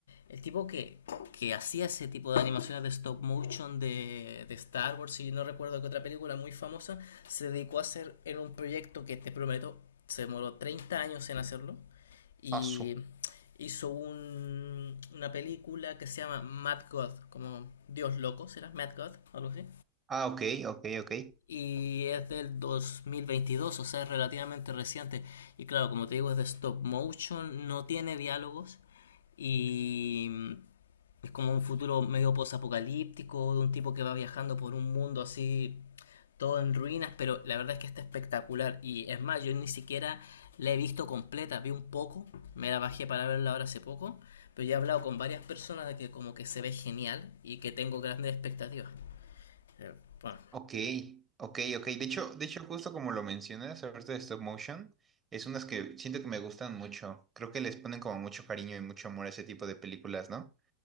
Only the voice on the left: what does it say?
el tipo que, que hacía ese tipo de animaciones de stop motion de, de Star Wars, y no recuerdo que otra película muy famosa, se dedicó a hacer en un proyecto que te prometo, se demoró 30 años en hacerlo. Y
hizo un, una película que se llama Mad God, como Dios Loco, ¿será? Mad God, algo así
y es del 2022, o sea, es relativamente reciente. Y claro, como te digo, es de stop motion, no tiene diálogos y es como un futuro medio posapocalíptico de un tipo que va viajando por un mundo así todo en ruinas, pero la verdad es que está espectacular y es más, yo ni siquiera la he visto completa, vi un poco, me la bajé para verla ahora hace poco, pero ya he hablado con varias personas de que como que se ve genial y que tengo grandes expectativas. Eh, Bueno,